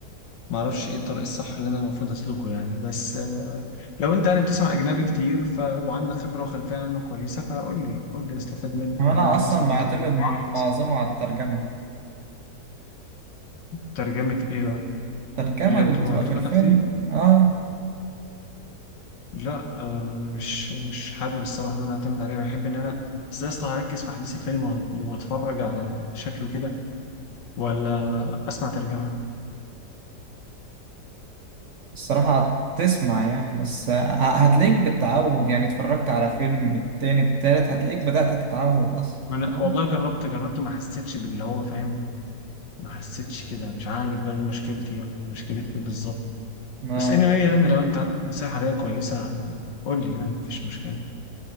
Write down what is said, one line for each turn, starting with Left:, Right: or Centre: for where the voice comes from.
Left: ما اعرفش ايه الطريق الصح اللي انا المفروض اسلكه يعني بس آه، لو انت يعني بتسمع اجنبي كتير ف... وعندك خبره وخلفيه عنه كويسه فقول لي قول لي استفاد منك
Right: هو أنا
Left: وممكن
Right: أصلا
Left: اسمع
Right: بعتمد
Left: كده يعني.
Right: معظمه على الترجمة
Left: ترجمه ايه بقى
Right: الترجمة
Left: اللي
Right: اللي
Left: هي بتبقى
Right: بتبقى
Left: مكتوبه
Right: في الفيلم
Left: تحت دي
Right: اه
Left: لا آه، مش مش حابب الصراحه ان انا اعتمد عليها بحب ان انا بس يا اسطى هركز في احداث الفيلم وأت- واتفرج على شكله كده ولا اسمع ترجمه
Right: الصراحة تسمع يعني بس آه، هتلاقيك بالتعود يعني اتفرجت على فيلم التاني التالت هتلاقيك بدأت تتعود أصلا
Left: أنا
Right: فاهم؟
Left: والله جربت جربت ما حسيتش باللي هو فاهم ما حسيتش كده مش عارف بقى دي مشكلتي أو مشكلة إيه بالظبط
Right: آه.
Left: بس anyway يعني لو أنت عندك نصيحة ليا كويسة قول لي يعني مفيش مشكلة